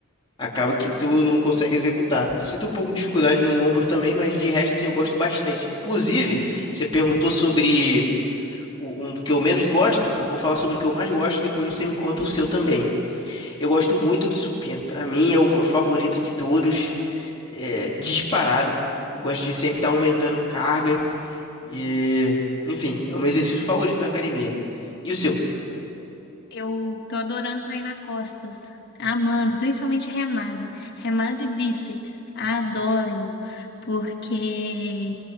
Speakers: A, on the left (about 20°); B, on the left (about 50°).
A: acaba que tu não consegue executar. Sinto um pouco de dificuldade no ombro também, mas de resto, sim, eu gosto bastante. Inclusive, você perguntou sobre. o- um do que eu menos gosto, eu vou falar sobre o que eu mais gosto, depois você me conta o seu também. Eu gosto muito do supino, pra mim é o o favorito de todos, é, disparado. Gosto de sempre estar aumentando carga e, enfim, é o meu exercício favorito na academia. E o seu?
B: Eu tô adorando treinar costas, amando, principalmente remada, remada e bíceps, adoro, porque,